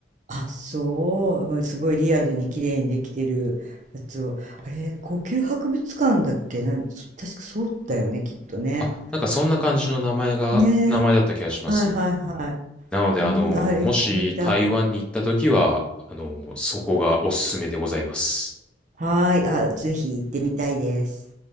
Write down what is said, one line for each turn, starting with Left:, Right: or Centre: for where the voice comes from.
Right: あ、そう。まあすごいリアルに綺麗にできてるやつを。あれ、故宮博物館だっけなん、そ確かそうだよね、きっとね。
Centre: あ、なんかそんな感じの名前が、
Right: ねえ。
Centre: 名前だった気がします。
Right: はいはいはい。
Centre: なので、あの、
Right: うん、あ、行ってみたい。
Centre: もし台湾に行った時は、あの、そこがおすすめでございます。
Right: はーい。あ、ぜひ行ってみたいです。